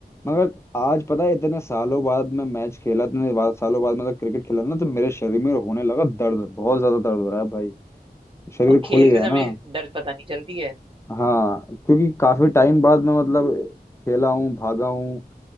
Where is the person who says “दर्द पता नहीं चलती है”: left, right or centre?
Right